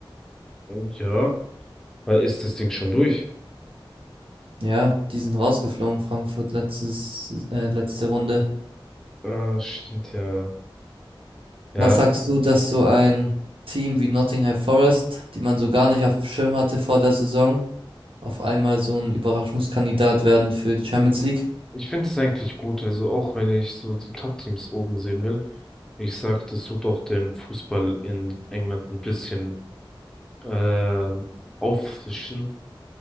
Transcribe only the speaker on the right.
Ja, die sind rausgeflogen, Frankfurt letztes, äh, letzte Runde.
Was sagst du, dass so ein Team wie Nottingham Forest, die man so gar nicht auf dem Schirm hatte vor der Saison, auf einmal so ein Überraschungskandidat werden für die Champions League?